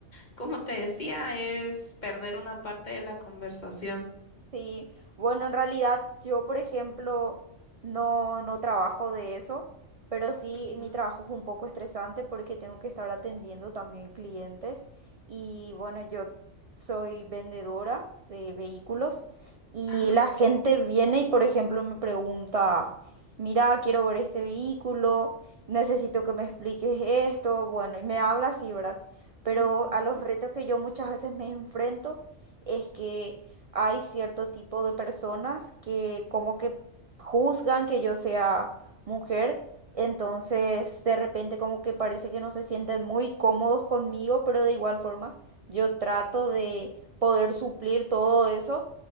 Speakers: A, on the left; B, on the right.
A: como te decía, es perder una parte de la conversación.
B: Sí, bueno, en realidad yo, por ejemplo, no, no trabajo de eso, pero sí
A: Ujú.
B: mi trabajo es un poco estresante porque tengo que estar atendiendo también clientes y bueno, yo soy vendedora de vehículos y
A: Ah,
B: la
A: ok.
B: gente viene y, por ejemplo, me pregunta, mira, quiero ver este vehículo, necesito que me expliques esto, bueno, y me habla así, ¿verdad? Pero
A: Ujú,
B: a los retos que yo muchas veces me enfrento es que hay cierto tipo de personas que como que juzgan que yo sea mujer, entonces de repente como que parece que no se sienten muy cómodos conmigo, pero de igual forma yo trato de poder suplir todo eso